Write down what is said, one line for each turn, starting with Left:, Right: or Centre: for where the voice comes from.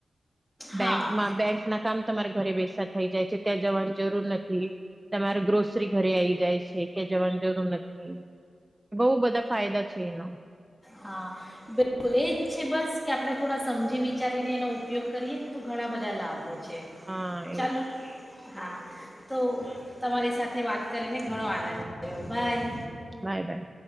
Right: બેંકમાં
Centre: હા
Right: બેંક ના કામ તમારે ઘરે બેસા થઈ જાય છે ત્યાં જવાની જરૂર નથી. તમારે ગ્રોસરી ઘરે આવી જાય છે કે જવાન જરુર નથ હમ્મ. બઉ બધા ફાયદા છે એના.
Centre: હા બિલકુલ. એજ છે બસ કે આપણે થોડા સમજી વિચારીને એનો ઉપયોગ કરીએ તો ઘણા બધા લાભ હોય છે.
Right: હા
Centre: ચાલો,
Right: એ
Centre: હા તો તમારી સાથે વાત કરીને ઘણો આનંદ થયો, બાય.
Right: બાય-બાય.